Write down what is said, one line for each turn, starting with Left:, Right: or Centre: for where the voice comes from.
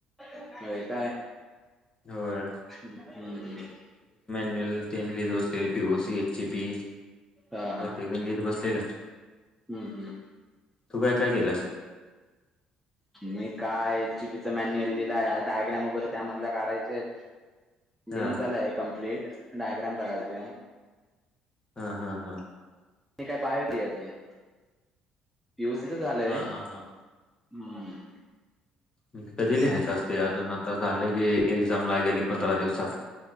Centre: हो काय
Left: होय
Centre: हम्म ह्
Left: लिह बसले पी ओसी एची पी
Centre: हा
Left: तेण
Centre: हा
Left: लिहित बसलेलं
Centre: हम्म हम्म
Left: तू काय काय केलास
Centre: मी काय चि पीत मॅन्युअल लिलाय डायग्राम वगैरे त्यामध काढायचे आहेत
Left: हा
Centre: लिहून झालंय कंप्लीट डायग्राम काढायच
Left: हा हा हा
Centre: मी काय बायोली याचय पीयूसीच झालंय
Left: हा
Centre: हम्म
Left: हा हा मग कधी
Centre: असं
Left: लिहायचं असते अजून आता झालं की एक्झाम ला गेली पंधरा दिवसात